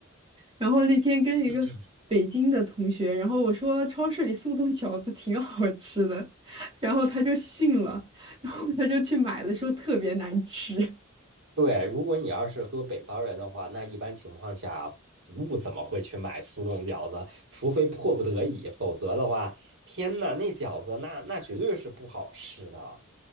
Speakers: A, on the right; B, on the right.
A: 然后那天跟一个北京的同学，
B: 嗯嗯。
A: 然后我说超市里速冻饺子挺好吃的，然后他就信了，然后他就去买了，说特别难吃。
B: 对，如果你要是搁北方人的话，那一般情况下不怎么会去买速冻饺子，除非迫不得已，否则的话，天呐，那饺子那那绝对是不好吃的。